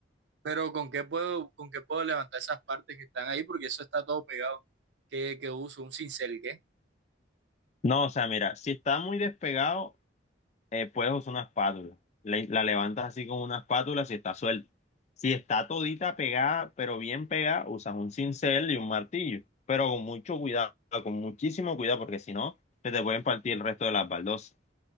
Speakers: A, on the right (about 75°); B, on the left (about 35°).
A: Pero ¿con qué puedo, con qué puedo levantar esas partes que están ahí? Porque eso está todo pegado. ¿Qué, qué uso? ¿Un cincel, qué?
B: No, o sea, mira, si está muy despegado, eh, puedes usar una espátula. Le- la levantas así con una espátula si está suelta. Si está todita pegada, pero bien pegada, usas un cincel y un martillo. Pero con mucho cuidado, con muchísimo cuidado, porque si no, se te pueden partir el resto de las baldosas.